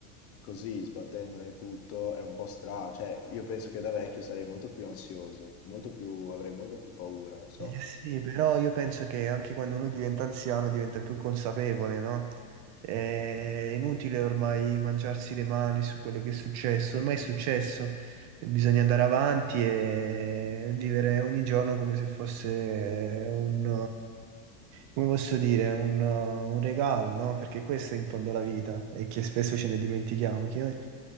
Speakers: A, on the left (about 35°); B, on the right (about 40°).
A: così, sbattendone tutto, è un po' strano. Cioè, io penso che da vecchio sarei molto più ansioso, molto più, avrei molto più paura, non so.
B: Eh, sì, però io penso che anche quando uno diventa anziano diventa più consapevole, no? Eh, È inutile ormai mangiarsi le mani su quello che è successo, ormai è successo, bisogna andare avanti e vivere ogni giorno come se fosse un, come posso dire, un, un regalo, no? Perché questo è in fondo la vita e che spesso ce ne dimentichiamo, che